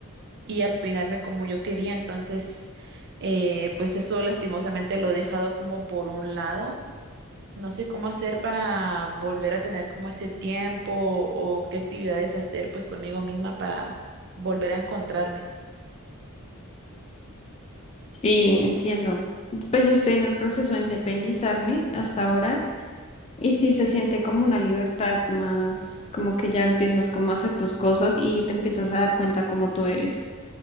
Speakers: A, on the right; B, on the left.
A: y a peinarme como yo quería, entonces eh, pues eso lastimosamente lo he dejado como por un lado no sé cómo hacer para volver a tener como ese tiempo o qué actividades hacer pues conmigo misma para volver a encontrarme.
B: Sí, entiendo. Pues yo estoy en el proceso de independizarme hasta ahora y sí se siente como una libertad más, como que ya empiezas como a hacer tus cosas y te empiezas a dar cuenta cómo tú eres.